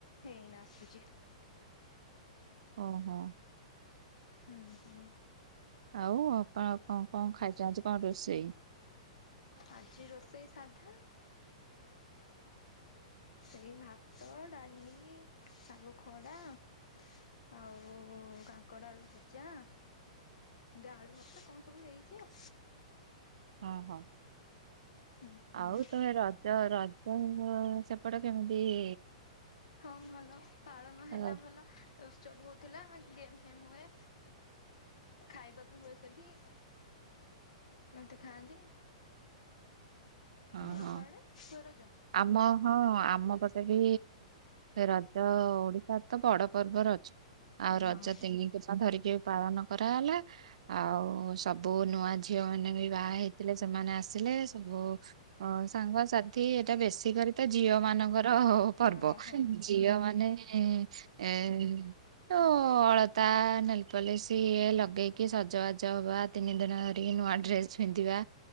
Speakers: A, on the left; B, on the right.
A: ହେଇ ନାଁ ଆସୁଛି।
B: ଓ ହୋ।
A: ହୁଁ ହୁଁ।
B: ଆଉ ଅପା ଆଉଁ ଆପଣ କଣ କଣ ଖାଇଚ ଆଜି କଣ କଣ ରୋଷେଇ।
A: ଆଜି ରୋଷେଇ ସାଧା। ସେଇ ଭାତ ଡାଲି ଶାଗ ଖଡା। ଆଉ, କାଙ୍କଡ ଆଳୁ ଭଜା। ଡାଳୁ ଭର୍ତ୍ତା କଣ ସବୁ ହେଇଛି ଆଉ?
B: ହଁ ହଁ,
A: ହୁଁ ହୁଁ
B: ଆଉ ତମେ ରଜ ରଜ ଅ ସେପଟ କେମିତିଇ
A: ହଁ ଭଲ, ପାଳନ ହେଲା
B: ହଁ
A: ଭଲ। ଉତ୍ସବ ହଉଥିଲା। ଗେମ୍ ଫେମ ହୁଏ, ଖାଇବାକୁ ହୁଏ ସେଠି ମତେ ଖାଆନ୍ତି।
B: ହଁ
A: ତମ
B: ହଁ
A: ଆଡେ ହୁଏ ରଜ?
B: ଆମ, ହଁ ଆମ ପଟେ ବି ରଜ ଓଡିଶା ତ ବଡ ପର୍ବ ରଜ, ଆଉ
A: ହଁ
B: ରଜ ତିନି ଦିନ ଧରିକି ପାଳନ କରାହେଲା। ଆଉ ସବୁ ନୂଆ ଝିଅ ମାନେ ବି ବାହା ହେଇଥିଲେ ସେମାନେ ଆସିଲେ। ସବୁ ହ ସାଙ୍ଗସାଥି ଏଇଟା ବେଶୀ କରି ତ ଝିଅ ମାନଙ୍କର। ହଉ ପର୍ବ,
A: ହଁ ହଁ
B: ଝିଅ
A: ହୁଁ
B: ମାନେ ଏ ଓ ଅଳତା ନେଲପଲିସି ଲଗେଇକି ସଜବାଜ ହବା। ତିନି ଦିନ ଧରିକି ନୂଆ ଡ୍ରେସ ପିନ୍ଧିବା।